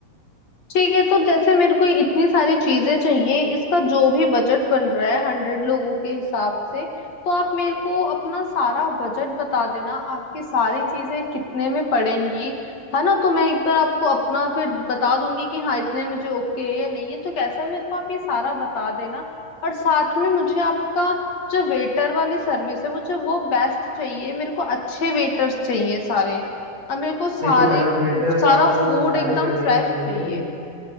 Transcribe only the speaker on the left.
ठीक है तो जैसे मेरे को इतनी सारी चीजें चाहिए इसका जो भी बजट बन रहा है हंड्रेड लोगों के हिसाब से तो आप मेरे को अपना सारा बजट बता देना आपकी सारी चीजें कितने में पड़ेंगी है ना तो मैं एक बार आपको अपना फिर बता दूंगी कि हाँ इतने में जो ओके है या नहीं है तो कैसा है मेरे को आप ये सारा बता देना और साथ में मुझे आपका जो वेटर वाली सर्विस है मुझे वो बेस्ट चाहिए मेरे को अच्छे वेटर्स चाहिए सारे और मेरे को सारे
सारा
फूड
एकदम
फ्रेश
चाहिए